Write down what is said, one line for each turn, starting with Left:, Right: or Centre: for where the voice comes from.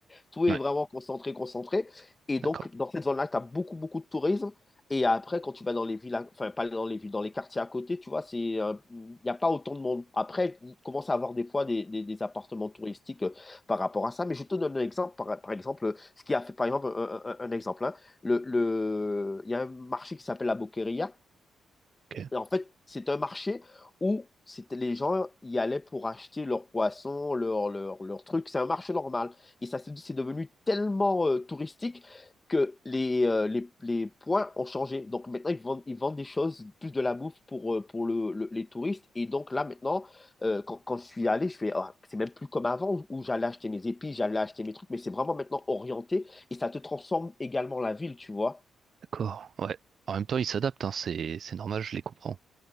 Left: Tout est
Right: Ouais,
Left: vraiment concentré, concentré. Et donc,
Right: d'accord.
Left: dans cette zone-là, tu as beaucoup, beaucoup de tourisme. Et après, quand tu vas dans les villes, à- enfin, pas dans les villes, dans les quartiers à côté, tu vois, c'est, euh, il n'y a pas autant de monde. Après, il commence à avoir des fois des, des- des appartements touristiques euh, par rapport à ça. Mais je te donne un exemple, par, par exemple, euh, ce qui a fait, par exemple, un, un- un exemple, hein. le, le- il y a un marché qui s'appelle la Boqueria
Right: Ok,
Left: en fait, c'est un marché où c'était- les gens y allaient pour acheter leurs poissons, leurs leur, leur trucs. C'est un marché normal. Et ça, c'est c'est devenu tellement euh, touristique que les, euh, les, les points ont changé. Donc maintenant, ils vendent, ils vendent des choses, plus de la bouffe pour, euh, pour le, le- les touristes. Et donc là, maintenant, euh, quand, quand je suis allé, je fais, Ah, c'est même plus comme avant où, où j'allais acheter mes épices, j'allais acheter mes trucs, mais c'est vraiment maintenant orienté et ça te transforme également la ville, tu vois.
Right: d'accord. Ouais. En même temps, ils s'adaptent, hein, c'est c'est normal, je les comprends.